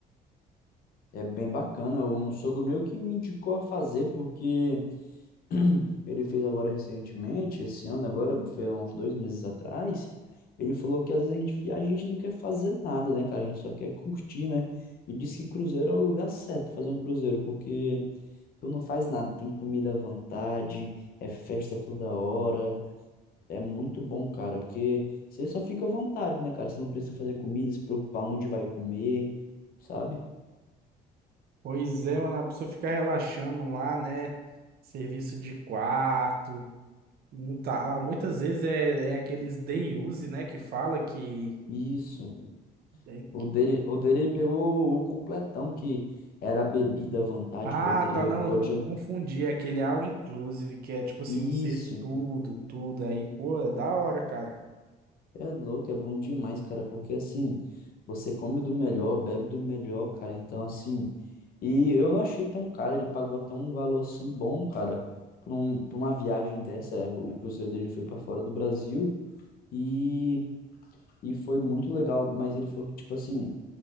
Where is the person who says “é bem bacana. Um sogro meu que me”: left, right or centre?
Left